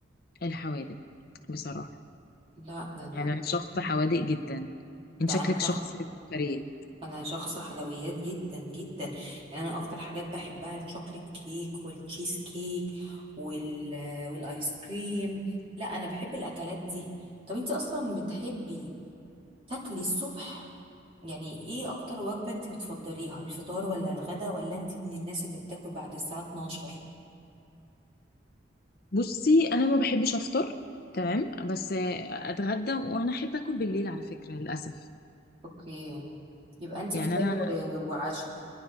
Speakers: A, on the left; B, on the right.
A: الحوادق بصراحه
B: لا ده انا
A: يعني انا شخص
B: مم.
A: حوادق جدا انت
B: ده
A: شكلك
B: انا شخص
A: شخص كريه
B: انا شخص حلويات جدا جدا يعني انا اكتر حاجات بحبها الشوكليت كيك والتشيز كيك وال آه، والايس كريم لا انا بحب الاكلات دي طب انت اصلا بتحبي تاكلي الصبح يعني ايه اكتر وجبة انت بتفضليها الفطار ولا الغدا ولا انت من الناس اللي بتاكل بعد الساعة 12
A: بصي انا ما بحبش افطر تمام بس آه، اتغدى وانا احب اكل بالليل على فكره للاسف
B: اوكي يبقى انت
A: يعني
B: فطار
A: انا
B: و- وعشاء